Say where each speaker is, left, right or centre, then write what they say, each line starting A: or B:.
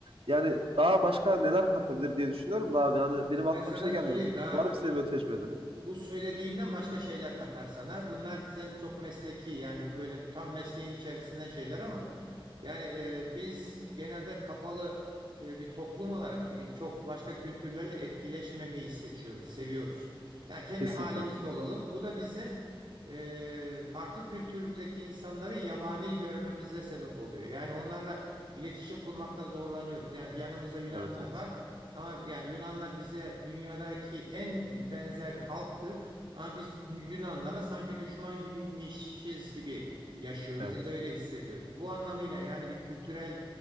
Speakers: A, on the right (about 90°); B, on the right (about 60°).
A: Yani daha başka neler katabilir diye düşünüyorum da abi. Hani benim aklıma
B: Ben sana
A: bir şey
B: söyleyeyim
A: gelmiyor.
B: daha
A: Var mı senin
B: bu
A: böyle tecrübelerin?
B: Bu söylediğinden başka şeyler katar sana. Bunlar seni çok mesleki yani böyle tam mesleğin içerisinden şeyler ama yani e, biz genelde kapalı e, bir toplum olarak e, çok başka kültürlerle etkileşmemeyi seçiyoruz, seviyoruz. Yani kendi
A: Kesinlikle.
B: halimizde olalım. Bu da bizi e, farklı kültürdeki insanları yabani görmemize sebep oluyor. Yani onlarla iletişim kurmakta zorlanıyoruz. Yani yanımızda Yunanlar
A: Evet evet.
B: var. Ama yani Yunanlar bize dünyadaki en benzer halktır. Ama biz Yunanlara sanki düşman gibiymişiz gibi yaşıyoruz
A: Evet.
B: ya da öyle hissediyoruz. Bu anlamıyla yani bir kültürel